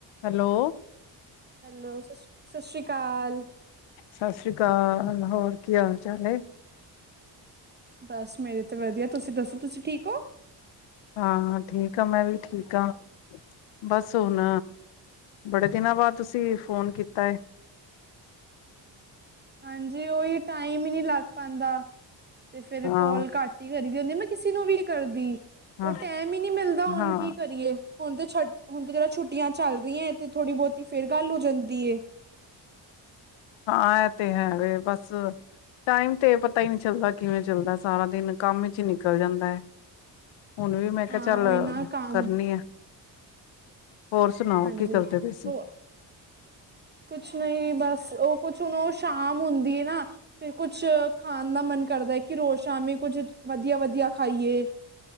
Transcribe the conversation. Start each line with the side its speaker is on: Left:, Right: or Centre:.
Left: ਹੈਲੋ?
Right: ਹੈਲੋ, ਸਸ, ਸਸ ਸ਼੍ਰੀ ਕਾਲ।
Left: ਸਸ ਸ਼੍ਰੀ ਕਾਲ, ਹੋਰ ਕੀ ਹਾਲ ਚਾਲ ਏ?
Right: ਬਸ ਮੇਰੇ ਤੇ ਵਦੀਆ, ਤੁਸੀਂ ਦੱਸੋ ਤੁਸੀਂ ਠੀਕ ਓ?
Left: ਹਾਂ, ਠੀਕ ਆ ਮੈਂ ਵੀ ਠੀਕ ਆਂ। ਬਸ ਹੁਨ ਬੜੇ ਦਿਨਾਂ ਬਾਦ ਤੁਸੀਂ ਫੋਨ ਕੀਤਾ ਏ।
Right: ਹਾਂਜੀ ਓਹੀ ਟਾਈਮ ਹੀ ਨੀ ਲੱਗ ਪਾਂਦਾ ਤੇ ਫੇਰ
Left: ਹਾਂ
Right: ਕੋਲ ਘੱਟ ਈ ਕਰੀਦੀ ਹੁੰਦੀ, ਮੈਂ ਕਿਸੇ ਨੂੰ ਵੀ ਨੀ ਕਰਦੀ।
Left: ਹਾਂ
Right: ਓ ਟੈਮ ਈ ਨੀ ਮਿਲਦਾ ਹੁਨ
Left: ਹਾਂ
Right: ਕੀ ਕਰੀਏ, ਹੁਨ ਤੇ ਛੱਟ ਹੁਨ ਤੇ ਜਰਾ ਛੁੱਟੀਆਂ ਚੱਲ ਰਈਆਂ ਏ ਤੇ ਥੋੜ੍ਹੀ ਬੋਤੀ ਫੇਰ ਗੱਲ ਹੋ ਜਾਂਦੀ ਏ।
Left: ਹਾਂ ਐ ਤੇ ਹੈ ਵੇ ਬਸ ਟਾਈਮ ਤੇ ਪਤਾ ਈ ਨੀ ਚੱਲਦਾ ਕਿਵੇਂ ਚੱਲਦੈ, ਸਾਰਾ ਦਿਨ ਕੰਮ ਇਚ ਈ ਨਿਕਲ ਜਾਂਦਾ ਐ। ਹੁਨ ਵੀ ਮੈਂ ਕੇਆ
Right: ਹਾਂ
Left: ਚੱਲ
Right: ਉਹੀ ਨਾ ਕੰਮ
Left: ਕਰਨੀ ਆ। ਹੋਰ ਸੁਨਾਓ
Right: ਹਾਂਜੀ।
Left: ਕੀ ਕਰਦੇ ਪਏ ਸੀ?
Right: ਹੋ ਕੁਛ ਨਈ ਬਸ, ਓ ਕੁਛ ਹੁਨ ਓ ਸ਼ਾਮ ਹੁੰਦੀ ਏ ਨਾ। ਫਿਰ ਕੁਛ ਖਾਣ ਦਾ ਮਨ ਕਰਦਾ ਕਿ ਰੋਜ ਸ਼ਾਮੀ ਕੁੱਝ ਵਧੀਆ-ਵਧੀਆ ਖਾਈਏ।